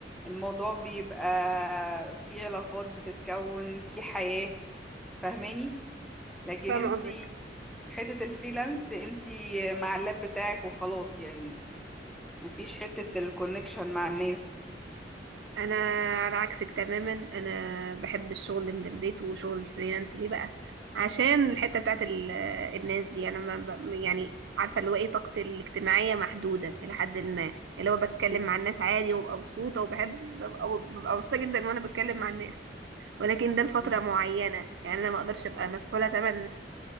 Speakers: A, in the centre; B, on the right.
A: الموضوع بيبقى في علاقات بتتكون في حياة فاهماني؟ لكن
B: فاهمه
A: انت
B: قصدك
A: حتة الفريلانس انتي مع اللاب بتاعك وخلاص يعني مفيش حتة الكونكشن مع الناس دي
B: انا على عكسك تماما انا بحب الشغل من البيت وشغل الفريلانس ليه بقى عشان الحته بتاعت ال- آه، الناس دي انا ما ب- يعني عارفه اللي هو ايه طاقتي الاجتماعيه محدوده الى حد ما اللي هو بتكلم
A: مم.
B: مع الناس عادي وببقى مبسوطه وبحب ببقى ببقى مبسوطه جدا وانا بتكلم مع الناس ولكن ده لفتره
A: مم.
B: معينه يعني انا ما اقدرش ابقى مسحوله تمام